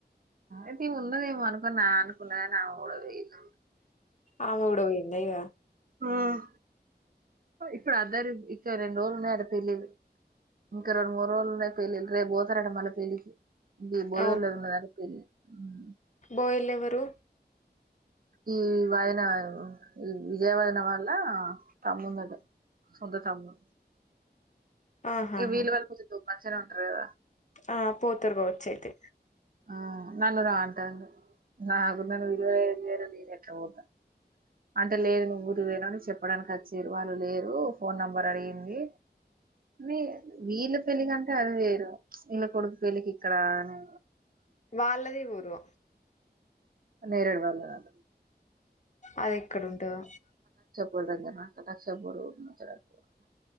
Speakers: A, on the right; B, on the left.
A: ఇతి ఉన్నదేమో అనుకున్నా అనుకున్నా నా గూడ తెలిదు
B: ఆమె గూడా ఉన్నాయ్ గ
A: హ్మ్ ఇప్పుడు అందరు ఇంకా రెండు రోలున్నాయట పెళ్ళిళ్ళు ఇంకా రెండు మూడు రోలు ఉన్నాయి పెళ్ళిళ్ళు రేప్ బోతారట మళ్ళ పెళ్లికి గి భోజనాల్లో
B: అవ్
A: ఏం ఉందో గాని ఇన్ ఊ
B: పోయిలేవరు
A: ఈ వాయన ఈ విజయ వైన్నా వల్ల తమ్ముందట సొంత తమ్ము
B: ఆహాహా
A: ఏ వీల్ వాల్ కోసి తోప్ మంచినే ఉంట్రూ కదా
B: ఆ పోతర్ గావచ్ అయితే
A: ఆ నల్ రా ఆంటడు నాకున్ <unintelligible> నేనెట్ల పోత అంటే లేద్ నువ్వు ఊరుపోయినా అంట్ చెప్ ప్పడానికి అచ్చిర్రు వాళ్ళు లేరు ఫోన్ నెంబర్ అడిగింది వీ వీళ్ళ పెళ్ళికి అంటే అది వేరు వీళ్ళ కొడుకు పెళ్ళికి ఇక్కడ అని
B: వాళ్లద్ ఏ ఊరు
A: నేరడు వాళ్లద్
B: అది ఎక్కడుంటాదో
A: ఊరు దగర్నా కనక్ష పురు <unintelligible>